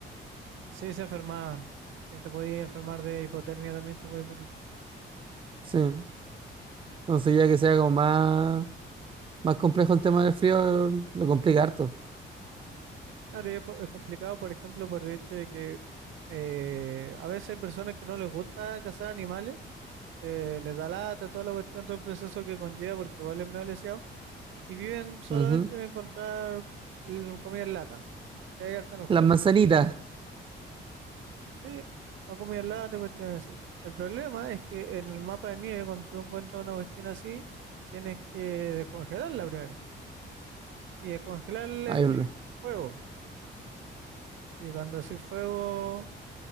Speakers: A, on the right; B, on the right.
A: Sí, se enfermaban. Si te podías enfermar de hipotermia también te podías morir.
B: Sí. Entonces ya que sea como más, más complejo el tema del frío, lo complica harto.
A: Claro, y es, po- es complicado, por ejemplo, por el hecho de que eh, a veces hay personas que no les gusta cazar animales, eh, les da lata, toda la cuestión, todo el proceso que conlleva, porque igual es medio leseado, y viven solamente
B: Ujú.
A: de encontrar mm, comida en lata, que hay harta en el
B: Las
A: juego.
B: manzanitas.
A: Sí, ha comido lata, cuestiones así. El problema es que en el mapa de nieve, cuando tú encuentras una cuestión así, tienes que descongelarla primero. Y descongelarla
B: Ahí
A: implica
B: lo-
A: fuego. Y cuando así fuego,